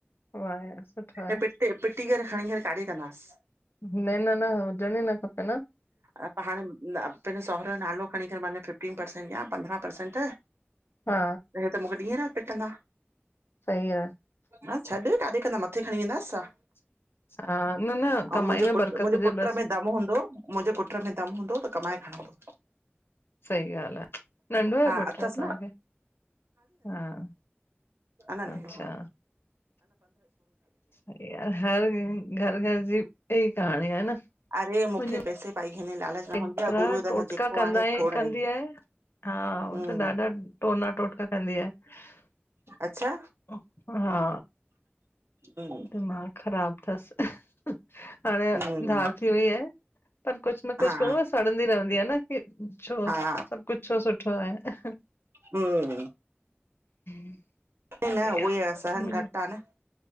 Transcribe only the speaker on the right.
हे पिटी पिटी करे खणी करे काॾे कंदास
अ हाणे पंहिंजो सहुरे जो नालो खणी करे माना- - फिफ्टी परसेंट या पंद्रहं पर्सेंट त
हे त मूंखे हिय ता ॾींहं रात पिटन्दा।
हा छॾ काडे कंदम, मथे खणी वेंदासां।
अऊ मुंहिंजे
पुट्र
मुंहिंजे
पुट्र
में दमु हूंदो मुंहिंजे पुट्र में दमु हूंदो त कमाए खणंदो।
हा
अथसि
न
अन्ना नंढो
आह।
अरे मूंखे
पैसे पाई <unintelligible> लालच रहंदी
आहे गुरूअ
द जेको
आहे खोड़
आहे।
हम्म
अच्छा
हम्म
हम्म
हा
हा
हम्म
<unintelligible>
न ऊहो
हिा सहन
घट आह न -